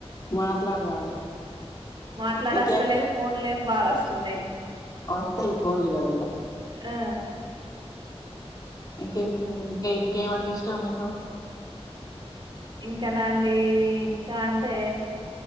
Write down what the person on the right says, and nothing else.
మాట్లాడస్తలేదు.
ఫోన్లు ఏమో బాగా వస్తున్నాయి.
ఆ!
ఇంకనండి ఇంకా అంటే